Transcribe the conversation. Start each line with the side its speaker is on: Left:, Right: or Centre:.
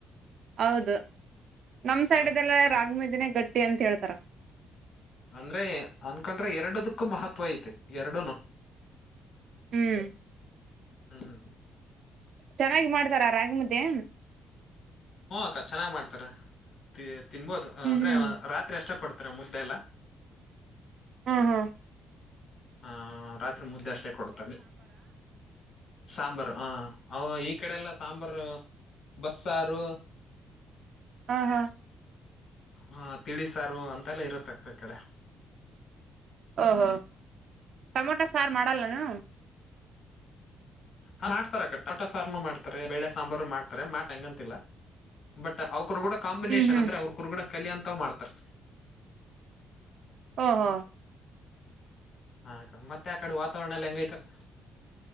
Right: ಹೌದು ನಮ ಸೈಡ್ದೆಲ್ಲ
Left: ಹಾ
Right: ರಾಗಿ ಮೇದಿನೇ ಗಟ್ಟಿ ಅಂತ ಹೇಳ್ತಾರ
Left: ಅಂದ್ರೆ ಅನ್ಕೊಂಡ್ರೆ ಎರಡದಕ್ಕೂ ಮಹತ್ವ ಐತೆ ಎರಡುನು
Right: ಹ್ಮ್
Left: ಹ್ಮ್ ಹ್ಮ
Right: ಚೆನ್ನಾಗಿ ಮಾಡ್ತಾರ ರಾಗಿ ಮು್ದೆ
Left: ಹಓ ಅಕ್ಕ ಚೆನ್ನಾಗ್ ಮಾಡ್ತಾರೆ ತಿನ್ಬೋದು ಅಂದ್ರೆ
Right: ಹ್ಮ್
Left: ರಾತ್ರಿ ಎಷ್ಟ ಕೊಡ್ ಪತ್ರ ಮುದ್ದೆಲ್ಲ
Right: ಹಾ ಹಾ
Left: ಆ ರಾತ್ರಿ ಮುದ್ದೆ ಅಷ್ಟೇ ಕೊಡತಲ್ಲಿ ಸಾಂಬಾರು ಹ ಈ ಕಡೆ ಎಲ್ಲ ಸಾಂಬಾರು ಬಸ್ಸಾರು
Right: ಹಾ ಹಾ
Left: ಹ ತಿಳಿಿಸಾರು ಅಂತೆಲ್ಲ ಇರುತ್ತೆ ಅಕ್ಕ ಕಡೆ
Right: ಓಹೋ ಟೊಮೊಟೊ ಸಾರು ಮಾಡಲ್ಲನು
Left: ಹಾ ಮಾಡ್ತಾರ ಕಟ್ಟ ಟ ಸಾರನು ಮಾಡ್ತಾರೆ ಬೇಳೆ ಸಾಂಬಾರು ಮಾಡ್ತಾರೆ ಮಾಡ್ತ ಹೆಂಗಂತಿಲ್ಲ ಬಟ್ ಅವ ಕುರ್ಗುಡ ಕಾಂಬಿನೇೇಶನ್
Right: ಹ್ಮ್ ಹ್ಮ್
Left: ಅಂದ್ರೆ ಅವ್ರ ಕುರುಗುಡ ಕಲ್ ಅಂತ್ ಮಾಡ್ತಾರ
Right: ಹಾ ಹಾ
Left: ಹಾಕ್ಕ ಮತ್ತೆ ಆ ಕಡೆ ವಾತಾವರಣ ಎಲ್ಲ ಹೆಂಗಐತಕ್ಕ